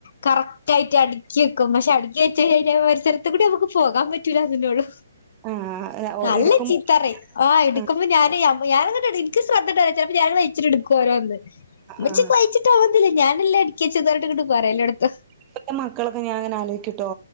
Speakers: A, on the left (about 55°); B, on the right (about 25°).
A: കറക് റ്റായിട്ട് അടുക്കി വെക്കും പക്ഷെ അടുക്കി ടക്കിവച്ചു കഴിഞ്ഞാ പരിസരത് അതികൂടെ നമക്ക് പോകാൻ പറ്റൂലാന്നല്ലേ ഉള്ളു.
B: ആഹ് ഓ
A: നല്ല
B: എടുക്കും
A: ചീത്ത പറയും. ആ എടുക്കുമ്പ
B: ആഹ്
A: ഞാനേ അ ഞാൻ എന്നിട്ട് എനിക്ക് ശ്രദ്ധയുണ്ടാവുല്ല. ചെലപ്പോ ഞാന് ഇച്ചിരി എടുക്കും ഓരോന്ന്‌ ഉമ്മച്ചി
B: ആഹ്
A: കൊയിച്ചട്ട് ആവന്നില്ല നല്ലേ അടക്കി വച്ചത് പറഞ്ഞിട്ട് എന്നിട്ട് പറയല്ലേ എടുത്ത്
B: ഇപ്പത്ത മക്കളൊക്കെ ഞാനിങ്ങനെ ആലോചിക്ക്ട്ടോ,